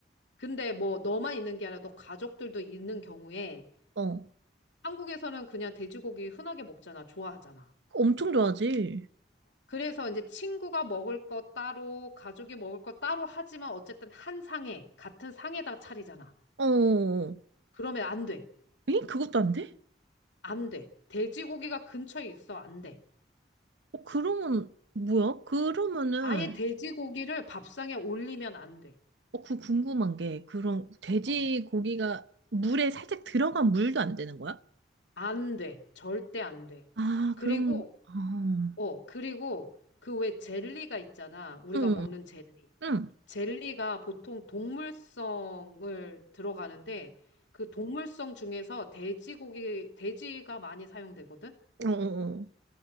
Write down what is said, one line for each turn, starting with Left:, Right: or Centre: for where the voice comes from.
Left: 근데 뭐, 너만 있는 게 아니라 너 가족들도 있는 경우에,
Right: 어, 어.
Left: 한국에서는 그냥 돼지고기 흔하게 먹잖아. 좋아하잖아.
Right: 엄청 좋아하지?
Left: 그래서 이제 친구가 먹을 거 따로, 가족이 먹을 거 따로 하지만 어쨌든 한 상에, 같은 상에다 차리잖아.
Right: 어, 어.
Left: 그러면 안 돼.
Right: 에? 그것도 안 돼?
Left: 안 돼. 돼지고기가 근처에 있어. 안 돼.
Right: 어, 그러면, 뭐야? 그러면은,
Left: 아예 돼지고기를 밥상에 올리면 안 돼.
Right: 어, 그 궁금한 게, 그런 돼지고기가
Left: 어.
Right: 물에 살짝 들어간 물도 안 되는 거야?
Left: 안 돼. 절대 안 돼.
Right: 아,
Left: 그리고,
Right: 그럼, 어,
Left: 어, 그리고 그 왜 젤리가 있잖아. 우리가
Right: 응,
Left: 먹는 젤리.
Right: 응,
Left: 젤리가 보통 동물성을 들어가는데 그 동물성 중에서 돼지고기, 돼지가 많이 사용되거든?
Right: 응. 어, 어, 어.